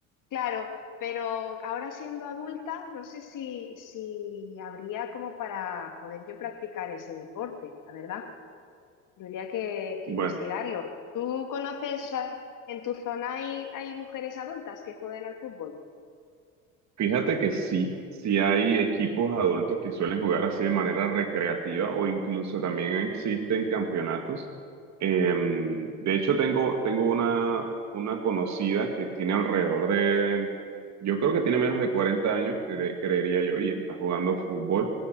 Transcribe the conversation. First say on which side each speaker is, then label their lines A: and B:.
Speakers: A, on the left (about 50°); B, on the right (about 45°).
A: claro, pero ahora siendo adulta, no sé si, si habría como para poder yo practicar ese deporte, la verdad. Tendría que, que
B: bueno,
A: investigarlo. ¿Tú conoces, o sea, en tu zona hay, hay mujeres adultas que jueguen al fútbol?
B: fíjate que sí, sí hay equipos adultos que suelen jugar así de manera recreativa o incluso también existen campeonatos. Eh, de hecho, tengo, tengo una, una conocida que tiene alrededor de, yo creo que tiene menos de 40 años, cre- creería yo, y está jugando fútbol.